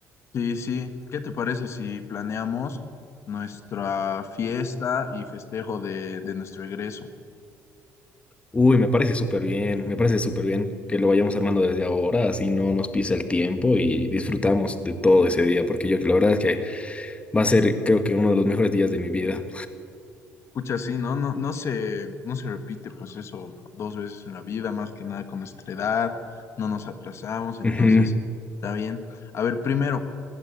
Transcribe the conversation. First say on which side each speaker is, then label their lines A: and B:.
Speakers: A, on the left; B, on the left.
A: Sí, sí. ¿Qué te parece si planeamos nuestra fiesta y festejo de, de nuestro egreso?
B: Uy, me parece súper bien, me parece súper bien que lo vayamos armando desde ahora, así no nos pisa el tiempo y disfrutamos de todo ese día, porque yo la verdad es que Va a ser, creo que, uno de los mejores días de mi vida.
A: Pucha, sí, ¿no? No, no se, no se repite pues eso dos veces en la vida, más que nada con nuestra edad, no nos aplazamos, entonces
B: Ujú.
A: está bien. A ver, primero,